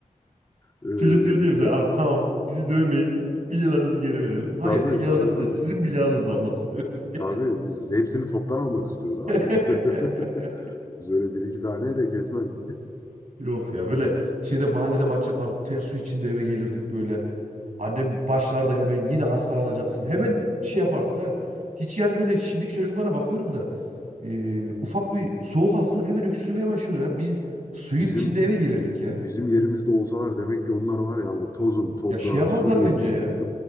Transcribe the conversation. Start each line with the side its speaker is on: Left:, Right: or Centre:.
Left: Ee,
Right: Çocuk diyor diye bize abi tamam bizi dövmeyin bilyalarınızı geri verelim. Hayır
Left: tabii
Right: bilyalarımız
Left: tabii tabii.
Right: değil sizin bilyalarınızla almak istiyoruz diye.
Left: Tabii biz hepsini toptan almak istiyoruz abi.
Right: <laughs>
Left: <laughs> Biz öyle bir iki taneyle kesmez.
Right: Yok ya böyle şeyde mahallede maç yapardık ter su içinde eve gelirdik böyle. Annem başlarda hemen yine hastalanacaksın hemen şey yapardık ha. Hiç yani böyle şimdiki çocuklara bakıyorum da e, ufak bir soğuk alsınlar hemen öksürmeye başlıyorlar ya. Biz
Left: <laughs>
Right: suyun
Left: Bizim
Right: içinde eve gelirdik ya.
Left: bizim yerimizde olsalar demek ki onlar var ya o tozun, toprağın,
Right: Yaşayamazlar
Left: suyun.
Right: bence ya.
Left: <laughs>